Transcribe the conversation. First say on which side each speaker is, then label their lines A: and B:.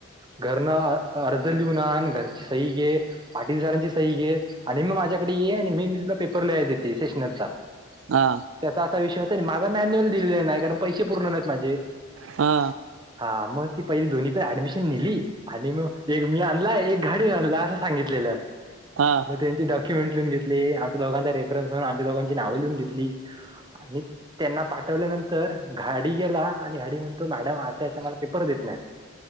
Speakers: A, on the right (about 20°); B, on the right (about 75°).
A: घरन अर्ज लिहून आण, घरची सई घे. पाटील सरांची सई घे आणि मी माझ्याकडे ये आणि मी मी तुला पेपर लिहाय देते सेशनरचा.
B: हा.
A: त्याचा असा विषय होता, माझा मॅन्युअल दिलेला नाही कारण पैसे पूर्ण नाहीत माझे.
B: हा
A: हा मग ती पहिली दोन्ही प, ऍडमिशन नेली आणि मग एक मी आणला एक घाडी झालेला, असं सांगितलेलं.
B: हां.
A: मग त्यांचे डॉक्युमेंट लिहून घेतले, आमच्या दोघांचा रेफरन्स म्हून आच्या दोघांची नावं लिहून घेतली, आणि त्यांना पाठवल्यानंतर घाडी गेला, आणि घाडी म्हणतो मॅडम अशे असे मला पेपर देत नाहीत.